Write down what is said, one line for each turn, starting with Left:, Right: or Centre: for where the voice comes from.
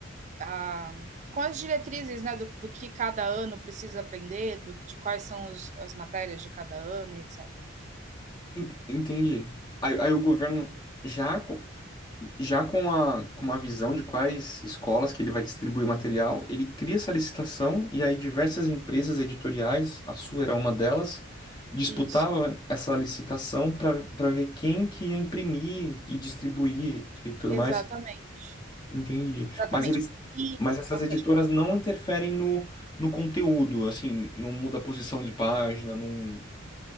Right: a, com as diretrizes né, do, do que cada ano precisa aprender, do, de quais são os, as matérias de cada ano, etc.
Left: Ent- Entendi. Aí, aí o governo já com, já com a com uma visão de quais escolas que ele vai distribuir o material, ele cria essa licitação e aí diversas empresas editoriais, a sua era uma delas, disputava
Right: Isso,
Left: essa licitação para para ver quem que ia imprimir e distribuir e tudo
Right: exatamente.
Left: mais. Entendi.
Right: Exatamente.
Left: Mas eles
Right: E.
Left: mas essas
Right: Não,
Left: editoras
Right: pode falar.
Left: não interferem no, no conteúdo, assim, não muda a posição de página, não,